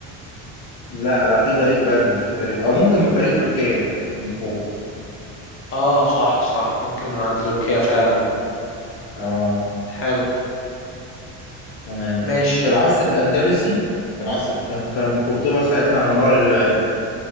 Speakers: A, on the left (about 70°); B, on the left (about 30°).
A: لا لا في طريق بري في طريق او ممكن من طريق تركيا من فوق
B: اه صح صح ممكن من عند تركيا فعلا
A: اه
B: حلو
A: تمام
B: ماشي
A: في العصر الاندلسي في العصر كان كان قرطبة ساعتها منارة للعلم